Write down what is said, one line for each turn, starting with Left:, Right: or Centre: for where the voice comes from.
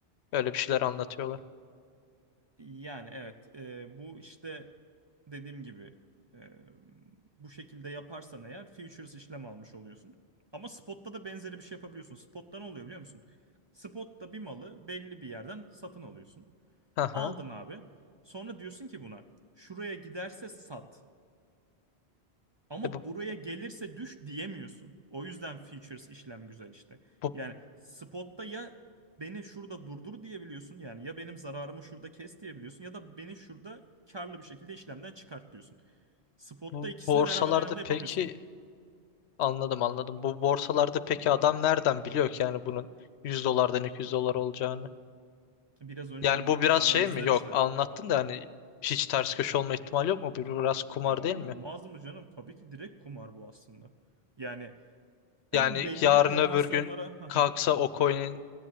Left: Öyle bir şeyler anlatıyorlar.
Right: Yani evet eee, bu işte dediğim gibi eee, bu şekilde yaparsan eğer futures işlem almış oluyorsun. Ama spot'ta da benzeri bir şey yapabiliyorsun. Spot'ta ne oluyor biliyor musun? Spot'ta bir malı belli bir yerden satın alıyorsun.
Left: Aha.
Right: Aldın abi. Sonra diyorsun ki buna şuraya giderse sat. Ama
Left: E bu,
Right: buraya gelirse düş diyemiyorsun. O yüzden features işlem güzel işte.
Left: bu,
Right: Yani spotta ya beni şurada durdur diyebiliyorsun. Yani ya benim zararımı şurada kes diyebiliyorsun ya da beni şurada karlı bir şekilde işlemden çıkart diyorsun. Spotta
Left: bu
Right: ikisini
Left: borsalarda
Right: beraber aynı anda yapamıyorsun.
Left: peki anladım anladım. Bu borsalarda peki adam nereden biliyor ki yani bunun 100 dolardan 200 dolar olacağını?
Right: Biraz önce
Left: Yani
Right: anlattığım
Left: bu biraz
Right: analizler
Left: şey mi? Yok
Right: işte.
Left: anlattın da hani hiç ters köşe olma ihtimali yok mu? Bu biraz kumar
Right: Ya olmaz
Left: değil mi?
Right: mı canım? Tabii ki direkt kumar bu aslında. Yani
Left: Yani
Right: <clears throat> belli
Left: yarın
Right: bir formasyonlara
Left: öbür gün
Right: <laughs> hı hı,
Left: kalksa o coin'in